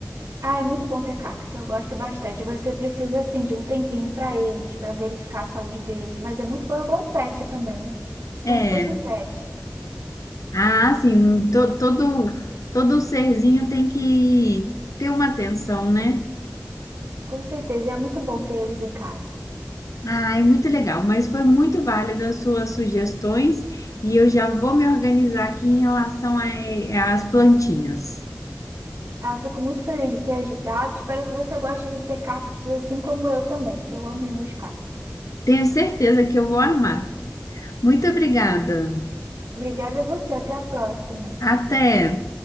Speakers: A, on the right; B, on the left.
A: Ah, é muito bom ter cacto, eu gosto bastante. Você precisa, assim, de um tempinho para eles, para verificar a saúde deles, mas é muito bom, é igual um pet também, né?
B: É.
A: Como se fosse um pet.
B: Ah, sim, um, to- todo, todo serzinho tem que ter uma atenção, né?
A: Com certeza, e é muito bom ter eles em casa.
B: Ah, é muito legal, mas foi muito válido as suas sugestões e eu já vou me organizar aqui em relação a- é, às plantinhas.
A: Ah, eu fico muito feliz de ter ajudado, espero que você goste de ter cactos assim como eu também, que eu amo os meus cactos.
B: Tenho certeza que eu vou amar. Muito obrigada.
A: Obrigada a você, até a próxima.
B: Até!